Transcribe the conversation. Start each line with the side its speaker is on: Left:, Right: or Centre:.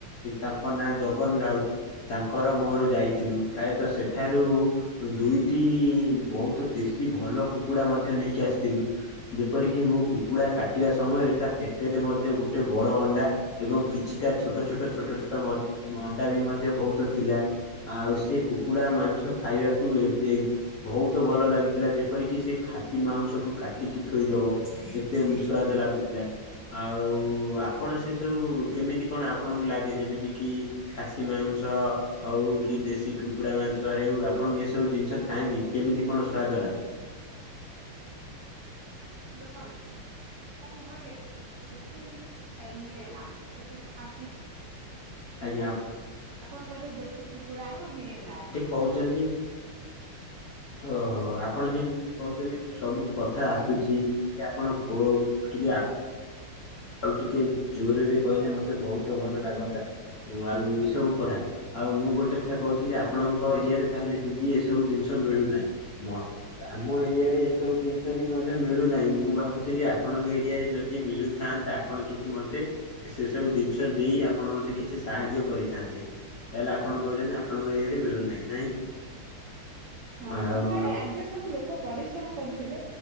Left: ତାଙ୍କ ନାଁ ଜଗନ ରାଉତ। ତାଙ୍କର ମୋର ଯାଇଥିଲୁ ପ୍ରାୟତଃ ସେଠାରୁ। ଦୁଇଟି ବହୁତ ଦେଶୀ ଭଲ କୁକୁଡା ମଧ୍ୟ ନେଇକି ଆସିଥିଲୁ। ଯେପରିକି ମୁଁ କୁକୁଡା କାଟିବା ସମୟରେ ତା ପେଟରେ ମଧ୍ୟ ଗୋଟେ ବଡ ଅଣ୍ଡା। ଏବଂ କିଛିଟା ଛୋଟ ଛୋଟ ଛୋଟ ଛୋଟ ମଣ୍ଡା ବି ମଧ୍ୟ ବହୁତ ଥିଲା। ଆଉ ସେି କୁକୁଡ଼ା ମାଂସ ଖାଇବାକୁ ଏବେ। ବହୁତ ଭଲ ଲାଗିଥିଲା। ଯେପରିକି ସେ ଖାସି ମାଉଁସକୁ କାଟିକି ଥୋଇଦବ। ଏବଂ ସୁଆଦ ଲାଗୁଥିଲା। ଆଉ ଆପଣ ସେ ସବୁ କେମିତି କଣ ଆପଣଙ୍କୁ ଲାଗେ ଯେମିତି କି। ଖାସି ମାଉଁସ୍। ହଉ କି ଦେଶୀ କୁକୁଡା ମାଂସ ହଉ। ଆପଣଙ୍କୁ ଏ ସବୁ ଜିନିଷ ଖାଆନ୍ତି କେମିତି କଣ ସ୍ଵାଦ ଲାଗେ।
Right: ଦେଖନ୍ତ ବୀ ଜିନିଷ ମିଳେ ନା <unintelligible>
Left: ଆଜ୍ଞା।
Right: ଆପଣ କହିଲେ ଦେଶୀ କୁକୁଡ଼ା ଆମର ମିଳେ ନା ଇଆଡ଼େ।
Left: ହଉଛନ୍ତି। ଓହୋ ଆପଣ ଯୋଉ କଥା କହୁଛନ୍ତି ସବୁ କଥା ଆସୁଛି। ଟେ ଆପଣ ଟିକେ <unintelligible> ଆଉ ଟିକେ ଜୋରରେ କହିଲେ ମତେ ବହୁତ ଭଲ ଲାଗନ୍ତା ଆଉ ଏ ସବୁ କଥା। ଆଉ ମୁଁ ଗୋଟେ କଥା କହୁଥିଲି। ଆପଣଙ୍କ ଏରିଆ ରେ ତାହେଲେ ଦିଦି ଏସବୁ ଜିନିଷ ମିଳୁନାହିଁ ମ। ଆମ ଏରିଆରେ ଏସବୁ ଜିନିଷ ବି ମଧ୍ୟ ମିଳୁନାହିଁ। ମୁଁ ଭାବୁଥିଲି ଆପଣଙ୍କ ଏରିଆରେ ଯଦି ମିଳୁ। ଥାନ୍ତେ ଆପଣ କିଛି ମତେ ସେ ସବୁ ଜିନିଷ ଦେଇ ଆପଣ ମତେ କିଛି ସାହାଯ୍ୟ କରିଥାନ୍ତେ। ତାହେଲେ ଆପଣ କହୁଛନ୍ତି। ଆପଣଙ୍କ ଏଇଆରେ ମିଳୁନାହିଁ ନାହିଁ କି।
Right: ହଁ
Left: ଆଉ
Right: ଆମ ଆଡେ
Left: ଆପ-
Right: ଆଗେ ସବୁ ଲୋକ ପରିଶ୍ରମ କରୁଥିଲେ।